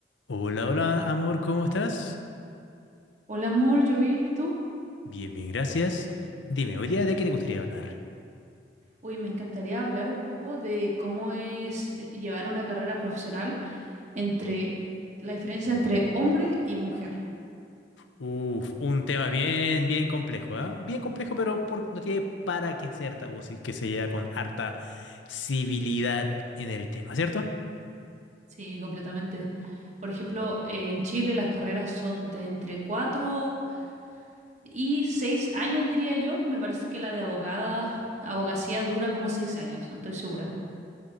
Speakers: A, on the left; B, on the right.
A: Hola, hola, amor, ¿cómo estás?
B: Hola amor, yo bien, ¿y tú?
A: Bien, bien, gracias. Dime, hoy día de qué te gustaría hablar.
B: Uy, me encantaría hablar un poco de cómo es eh, llevar una carrera profesional entre la diferencia entre hombre y mujer.
A: Uf, un tema bien, bien complejo, ¿ah? Bien complejo, pero por- no tiene para qué ser tabú, si es que se llega con harta civilidad en el tema, ¿cierto?
B: Sí, completamente. Por ejemplo, eh, en Chile las carreras son de entre 4 y 6 años, diría yo. Me parece que la de abogada, abogacía dura como 6 años, no estoy segura.